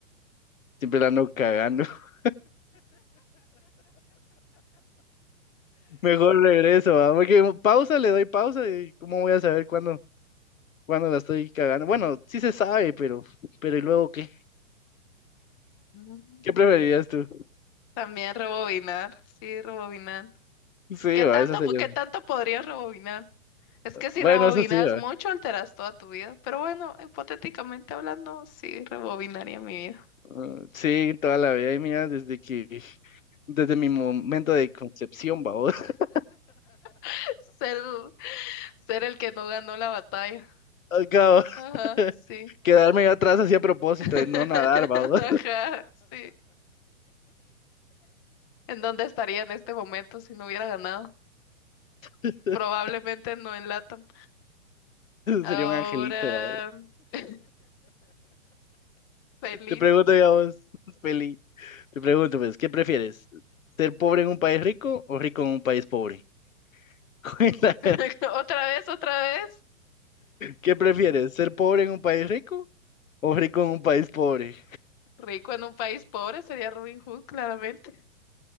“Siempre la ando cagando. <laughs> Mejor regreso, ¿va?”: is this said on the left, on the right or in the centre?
Left